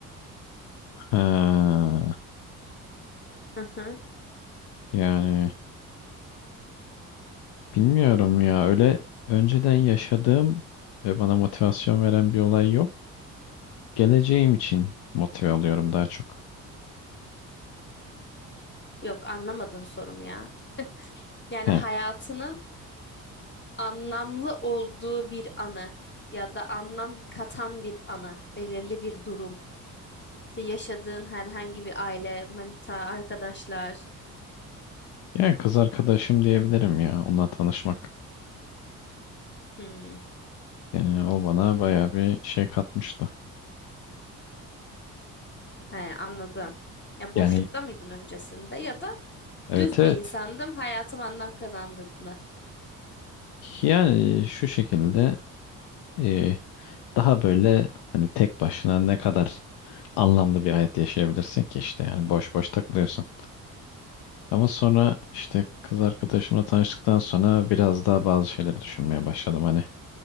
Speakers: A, on the left; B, on the left.
A: Ha,
B: Hı hı.
A: yani bilmiyorum ya öyle önceden yaşadığım ve bana motivasyon veren bir olay yok. Geleceğim için motive alıyorum daha çok.
B: Yok anlamadın sorumu ya. Yani
A: He.
B: hayatının anlamlı olduğu bir anı ya da anlam katan bir anı, belirli bir durum. İşte yaşadığın herhangi bir aile, manita, arkadaşlar.
A: Yani kız arkadaşım diyebilirim ya onunla tanışmak.
B: Hmm,
A: Yani o bana bayağı bir şey katmıştı.
B: he, anladım. Ya
A: Yani
B: boşlukta mıydın öncesinde ya da
A: evet
B: düz
A: evet.
B: bir insandım, hayatım anlam kazandı mı?
A: Yani şu şekilde e, daha böyle hani tek başına ne kadar anlamlı bir hayat yaşayabilirsin ki işte yani boş boş takılıyorsun. Ama sonra işte kız arkadaşımla tanıştıktan sonra biraz daha bazı şeyleri düşünmeye başladım. Hani